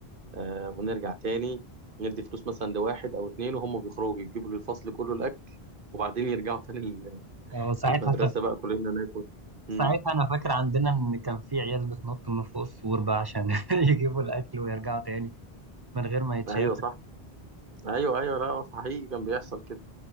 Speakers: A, on the right; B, on the right.
A: آه ونرجع تاني ندي فلوس مثلا لواحد أو اتنين وهم بيخرجوا يجيبوا للفصل كله الأكل وبعدين يرجعوا تاني ال-
B: وساعتها
A: المدرسة بقى كلنا ناكل مم.
B: ساعتها انا فاكر عندنا ان كان في عيال بتنط من فوق السور بقى عشان <laughs> يجيبوا الاكل ويرجعوا تاني من غير ما يتشافوا
A: أيوه صح ايوه ايوه لا هو حقيقي كان بيحصل كده